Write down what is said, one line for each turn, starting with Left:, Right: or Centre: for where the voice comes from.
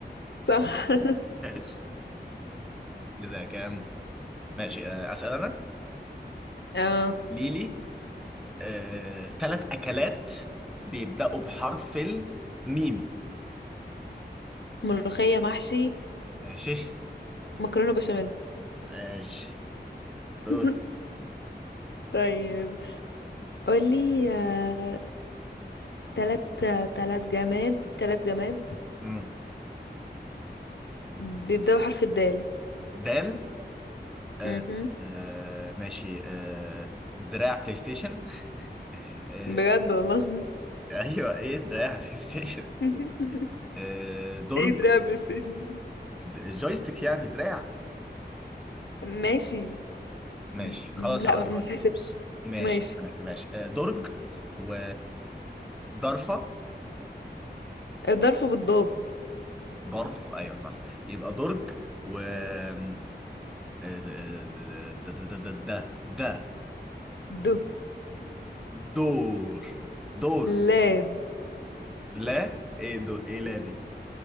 Left: صح <laughs>
Centre: <laughs> ماشي ده كام ماشي آه، أسأل أنا
Left: آه...
Centre: ليلي آه، تلات أكلات بيبدأوا بحرف الميم
Left: ملوخية محشي
Centre: ماشي
Left: مكرونة بشاميل
Centre: ماشي دور
Left: <laughs> طيب قولي آه... تلات تلات جماد تلات جماد
Centre: مم.
Left: بيبدأوا بحرف الدال
Centre: دال آه
Left: مهم.
Centre: آه ماشي آه دراع بلاي ستيشن آه
Left: بجد والله
Centre: <laughs> ايوه ايه دراع <laughs> بلاي ستيشن
Left: <laughs>
Centre: آه درج
Left: ايه دراع بلاي ستيشن دي
Centre: د- جويستيك يعني دراع
Left: ماشي
Centre: ماشي
Left: م-
Centre: خلاص
Left: م- لا
Centre: هغيرها
Left: ما
Centre: لك
Left: تحسبش
Centre: ماشي
Left: ماشي
Centre: ما نحسبهاش آه درج و ضرفة
Left: الظرف بالضاد
Centre: برف ايوه صح يبقى درج و آه، د- د- د- د- د- د- د-
Left: د
Centre: دور دور
Left: لاب
Centre: لا ايه دور ايه لا دي